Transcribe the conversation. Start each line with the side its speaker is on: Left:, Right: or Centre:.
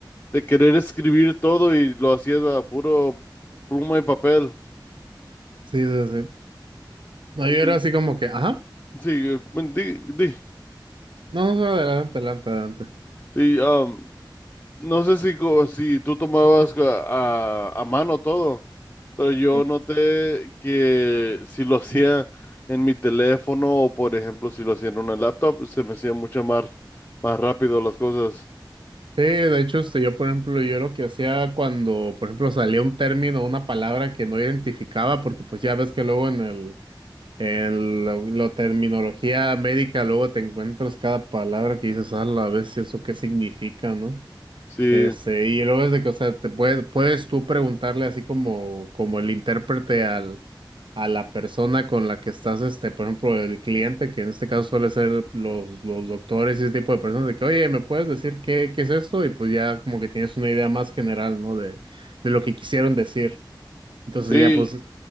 Left: de querer escribir todo y lo hacía a puro pluma y papel.
Right: Sí, sí, sí. No,
Left: Y
Right: yo era así como que, ajá.
Left: sí, bueno, di, di-
Right: No, no, no, adelante, adelante, adelante.
Left: sí, um, no sé si, co- si tú tomabas a, a- a mano todo, pero yo
Right: Eh.
Left: noté que si lo hacía
Right: Ujú.
Left: en mi teléfono o, por ejemplo, si lo hacía en una laptop, se me hacía mucho más, más rápido las cosas.
Right: Sí, de hecho, este, yo, por ejemplo, yo lo que hacía cuando, por ejemplo, salía un término, una palabra que no identificaba, porque pues ya ves que luego en el, en la, la terminología médica, luego te encuentras cada palabra que dices, a la vez, ¿eso qué significa, no?
Left: Sí,
Right: Este, y luego es de que, o sea, te puedes, puedes tú preguntarle así como, como el intérprete al, a la persona con la que estás, este, por ejemplo, el cliente, que en este caso suele ser los, los doctores y ese tipo de personas, de que, oye, ¿me puedes decir qué, qué es esto? Y pues ya como que tienes una idea más general, ¿no? De, de lo que quisieron decir. Entonces
Left: sí,
Right: ya pues,